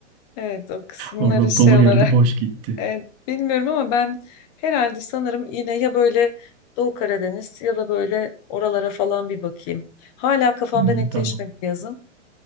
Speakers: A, on the left; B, on the right.
A: evet o kısımları
B: Oradan
A: şey
B: dolu
A: olarak
B: geldi, boş gitti.
A: e, bilmiyorum ama ben herhalde sanırım yine ya böyle Doğu Karadeniz ya da böyle oralara falan bir bakayım. Hala kafamda
B: Hı,
A: netleşmedi
B: tamam.
A: yazın